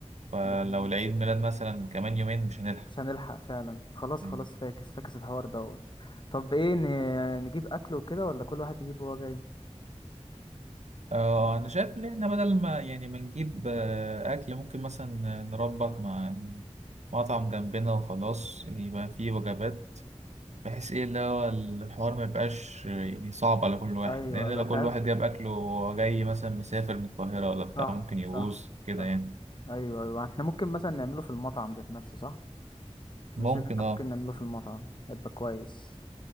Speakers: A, on the right; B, on the left.
A: فلو
B: ده حقيقي.
A: العيد ميلاد مثلا كمان يومين مش هنلحق
B: مش هنلحق فعلا خلاص
A: مم.
B: خلاص فاكس فاكس الحوار دوت طب ايه ن- نجيب اكل وكده ولا كل واحد يجيب وهو جاي
A: اه انا شايف ان احنا بدل ما يعني ما نجيب آه، اكل ممكن مثلا نربط مع مطعم جنبنا وخلاص يبقى فيه وجبات بحيث ايه اللي هو الحوار ما يبقاش يعني صعب على كل واحد
B: ايوه
A: لان
B: ايوه
A: لو
B: انت
A: كل
B: عارف
A: واحد جاب اكله وهو جاي مثلا مسافر من القاهرة ولا بتاع
B: صح
A: ممكن يبوظ
B: صح
A: كده
B: صح
A: يعني
B: ايوه ايوه احنا ممكن مثلا نعمله في المطعم ذات نفسه صح
A: ممكن
B: انا شايف إن احنا
A: اه
B: ممكن نعمله في المطعم هيبقى كويس